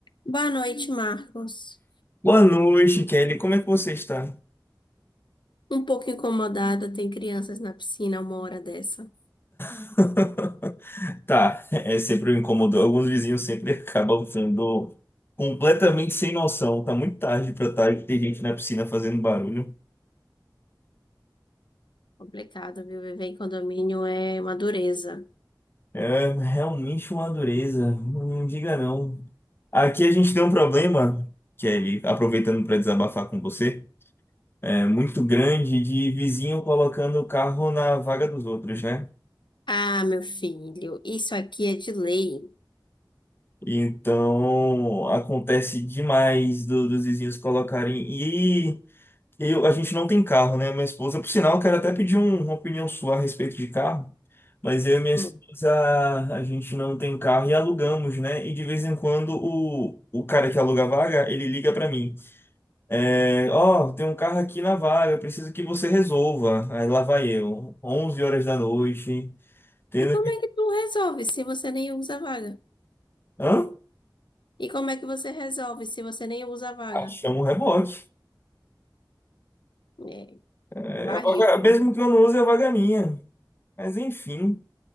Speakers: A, on the left; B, on the left.
A: Boa noite, Marcos.
B: Boa noite, Kelly. Como é que você está?
A: Um pouco incomodada, tem crianças na piscina uma hora dessa.
B: <laughs> Tá, é sempre me incomodou. Alguns vizinhos sempre <laughs> acabam sendo completamente sem noção. Tá muito tarde pra tarde, tem gente na piscina fazendo barulho.
A: Complicado, viu? Viver em condomínio é uma dureza.
B: É realmente uma dureza. Não diga não. Aqui a gente tem um problema, Kelly, aproveitando para desabafar com você, é muito grande de vizinho colocando o carro na vaga dos outros, né?
A: Ah, meu filho, isso aqui é de lei.
B: Então acontece demais do- dos vizinhos colocarem. Eu, a gente não tem carro, né? Minha esposa, por sinal, eu quero até pedir um- uma opinião sua a respeito de carro, mas eu e minha
A: Hum.
B: esposa, a gente não tem carro e alugamos, né? E de vez em quando o, o cara que aluga a vaga, ele liga pra mim. É, ó, tem um carro aqui na vaga, preciso que você resolva. Aí lá vai eu, 11 horas da noite, tendo...
A: E como é que tu resolve se você nem usa a vaga?
B: Hã?
A: E como é que você resolve se você nem usa a vaga?
B: Ah, chama o reboque.
A: É,
B: É,
A: barril,
B: a vaga-
A: viu?
B: mesmo que eu não use, a vaga é minha. Mas enfim.